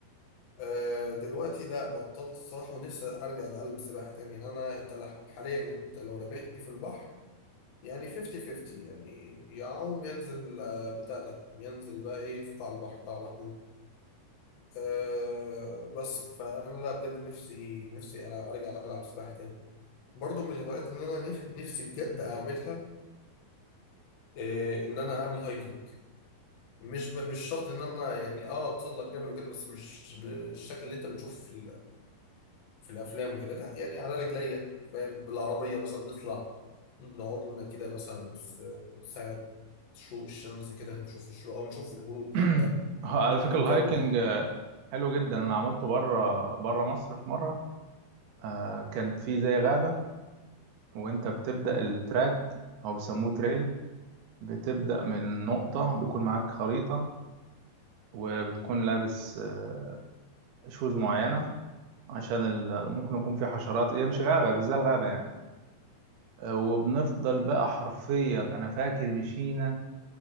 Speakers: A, on the left; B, on the right.
A: آه، دلوقتي لا بطلت الصراحة ونفسي أرجع أتعلم سباحة تاني لأن أنا أنت لح- حاليا أنت لو رميتني في البحر يعني 50 50 يعني يعوم ينزل آه، بتاع ده ينزل بقى إيه في قاع البحر قاع العمود أه بس فانا لا بجد نفسي نفسي ألع- ارجع العب سباحه تاني برضو من الهوايات اللي انا نف- نفسي بجد اعملها أه ان انا اعمل هايكنج مش ب... مش شرط ان انا يعني اه اتسلق جبل وكده بس مش بالشكل اللي انت بتشوفه في ال... في الافلام وكده لا يعني على رجليا فاهم بالعربيه مثلا نطلع نقعد لنا كده مثلا في ساعه شروق الشمس كده هنشوف الشروق او نشوف الغروب
B: <clears throat>
A: حتى
B: على
A: بيكون
B: فكرة
A: الجو
B: الهايكنج آه، حلو جدا انا عملته بره بره مصر في مرة آه، كانت في زي غابة وانت بتبدأ التراك او بيسموه تريل بتبدأ من نقطة بيكون معاك خريطة وبتكون لابس آه، شوز معينة عشان ال- ممكن يكون في حشرات هي مش غابة بس زي الغابة يعني آه، وبنفضل بقى حرفيا انا فاكر مشينا